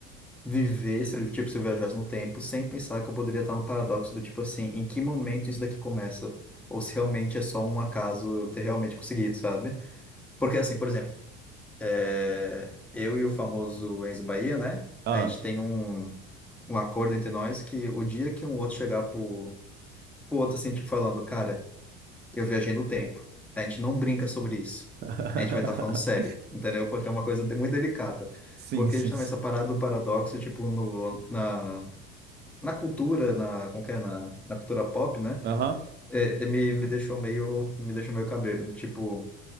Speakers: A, in the centre; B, on the right.
A: viver se, eu- tipo, se eu viajasse no tempo sem pensar que eu poderia estar no paradoxo do tipo assim, em que momento isso daqui começa? Ou se realmente é só um acaso eu ter realmente conseguido, sabe? Porque assim, por exemplo, É, eu e o famoso Enzo Bahia, né?
B: Ah,
A: A gente tem um, um acordo entre nós que o dia que um outro chegar pro, pro outro assim, tipo, falando, cara, eu viajei no tempo. A gente não brinca sobre isso.
B: <laughs>
A: A gente vai estar falando sério, entendeu? Porque é uma coisa de- muito delicada.
B: sim,
A: Porque
B: sim.
A: justamente
B: sim.
A: essa parada do paradoxo, tipo, no, na, na cultura, na, como que é? Na, na cultura pop, né?
B: Aham.
A: É, é, me, me deixou meio, me deixou meio cabreiro. Tipo,